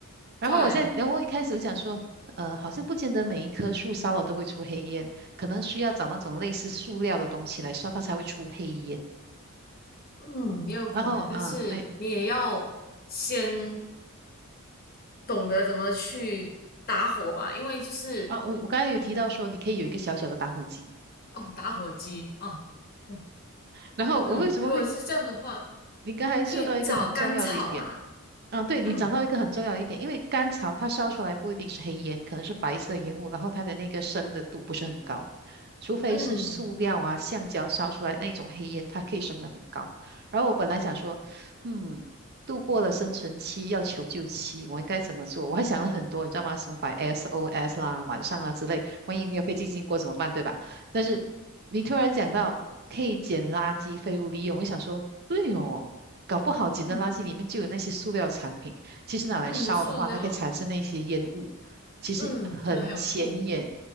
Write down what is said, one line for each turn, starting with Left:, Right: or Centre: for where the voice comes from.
Right: 然后我现在，
Left: 对，
Right: 然后一开始我想说，呃，好像不见得每一棵树烧了都会出黑烟，可能需要找那种类似塑料的东西来烧，它才会出黑烟。
Left: 嗯，也有可能，
Right: 然后啊，
Left: 但是你也要先
Right: 那
Left: 懂得怎么去打火吧，因为就是。
Right: 啊，我我刚才有提到说你可以有一个小小的打火机。
Left: 哦，打火机哦，嗯
Right: 然后我为什么会？
Left: 嗯，如果是这样的话，
Right: 你刚才说到一个很重要的一点，
Left: 可以找干草啊，
Right: 啊，对，你讲到一个很重要的一点，
Left: 嗯
Right: 因为甘草它烧出来不一定是黑烟，可能是白色烟雾，然后它的那个升的度不是很高，除非是塑料啊、
Left: 嗯
Right: 橡胶烧出来那种黑烟，它可以升得很高。然后我本来想说，嗯，度过了生存期，要求救期，我应该怎么做？我还想了很多，你知道吗？什么摆 SOS 啦、晚上啊之类，万一没有飞进经过怎么办，对吧？但是你突然讲到可以捡垃圾废物利用，我想说，对哦，搞不好捡的垃圾里面就有那些塑料产品，
Left: 嗯
Right: 其实拿来烧的话，
Left: 嗯，塑料，
Right: 它可以产生那些烟雾，其实很显眼。
Left: 嗯，可能还有布，